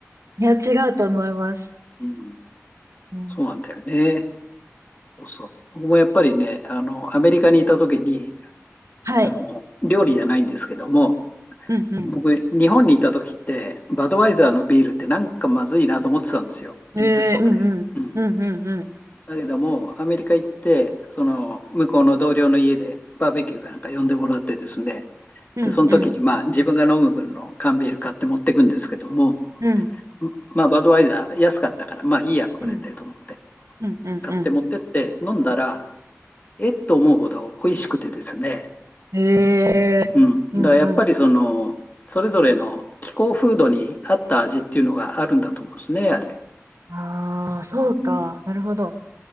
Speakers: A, on the right (about 85°); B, on the left (about 35°).
A: いや、違うと思います。
B: うん。
A: うん。
B: そうなんだよね。そうそう。僕もやっぱりね、あの、アメリカにいた時に、
A: はい。
B: あの、料理じゃないんですけども、
A: うんうん。
B: 僕、日本にいた時って、バドワイザーのビールってなんかまずいなと思ってたんですよ。
A: えー、
B: 水っぽくて。
A: うんうん。
B: うん。
A: うんうんうん。
B: だけども、アメリカ行って、その、向こうの同僚の家でバーベキューかなんか呼んでもらってですね、
A: うんうん。
B: で、その時に、まあ、自分が飲む分の缶ビール買って持ってくんですけども、
A: うん
B: まあ、バドワイザー安かったから、まあいいや、これでと思って、
A: うんうんう
B: 買って持ってって飲んだら、えっと思うほど美味しくてですね、
A: ん。えー、
B: うん。
A: うんうん。
B: だからやっぱりその、それぞれの気候風土に合った味っていうのがあるんだと思うんですね、あれ。
A: ああ、そうか。
B: うん。
A: なるほど。